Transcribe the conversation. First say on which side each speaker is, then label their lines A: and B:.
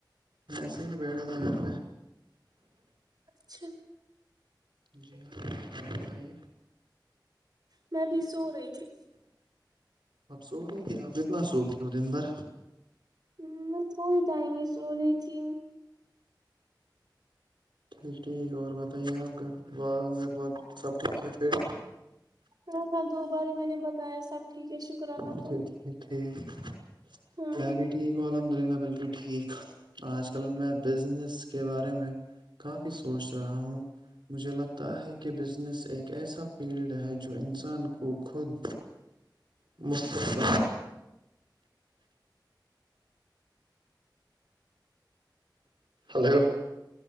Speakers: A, on the right (about 85°); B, on the right (about 60°).
A: ایسے ہی بیڑے تھا گ پہ
B: اچھا
A: جی ہاں آپ بتائیے
B: میں بھی سو رہی تھی
A: اب سو رہی ت آپ اتنا سوتی ہو دیندر
B: ہ میں تھوڑی ٹائم ہی سو رہی تھی
A: ٹھیک ٹھیک اور بتائیے آپ گھر گھر وار سب ٹھیک ہے پھر
B: ہاں ہاں دو بار میں نے بتایا سب ٹھیک ہے شکر اللہ
A: اچھا
B: کا
A: ٹھیک ٹھیک
B: ہاں
A: میں بھی ٹھیک ہوںالم الحمد للہ بالکل ٹھیک آج کل میں بزنس کے بارے میں کافی سوچ رہا ہوں مجھے لگتا ہے کہ بزنس ایک ایسا فیلڈ ہے جو انسان کو خود مصفف ہلو